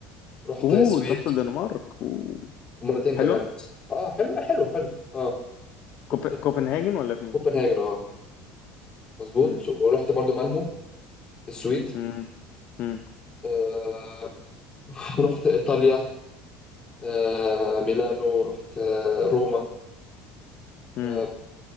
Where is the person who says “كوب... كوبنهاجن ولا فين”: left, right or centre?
Left